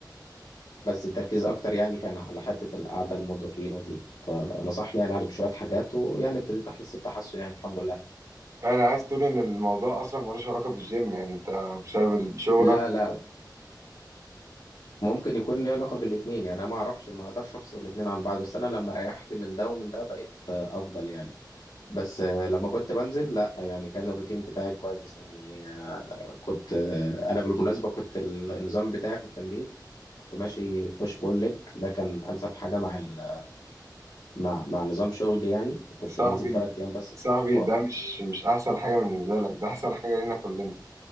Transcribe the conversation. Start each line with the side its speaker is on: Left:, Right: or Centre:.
Left: بس التركيز اكتر يعني كان على حتة القعدة لمدة طويلة دي فنصحني يعني علي بشوية حاجات ويعني ابتديت احس بتحسن يعني الحمد لله
Right: يعني عايز تقول ان الموضوع اصلا ملوش علاقه بالجيم يعني انت بسبب شغلك
Left: لا لا ممكن يكون ليه علاقة بالاتنين يعني انا ما اعرفش ما اقدرش افصل الاتنين عن بعض بس انا لما ريحت من ده ومن ده بقيت آه، افضل يعني بس آه، لما كنت بنزل لا يعني كان الروتين بتاعي كويس يعني آه، كنت آه، انا بالمناسبة كنت النظام بتاعي في التمرين كنت ماشي بوش بول ليج ده كان انسب حاجة مع ال... مع مع نظام شغلي يعني كنت
Right: صاحبي
Left: بنزل ثلاث ايام بس
Right: صاحبي
Left: في الاسبوع
Right: ده مش مش احسن حاجه بالنسبه لك ده احسن حاجه لينا كلنا